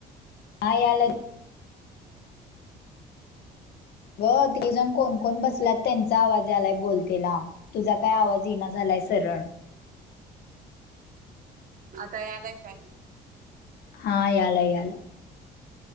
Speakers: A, on the left; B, on the right.
A: हा यायला अग तिघीजण जण कोणकण बसलात त्यांचा आवाज यालाय बोलतेला तुझा काय आवाज येना झालाय सरळ
B: आता यालाय काय
A: हा यालय यालय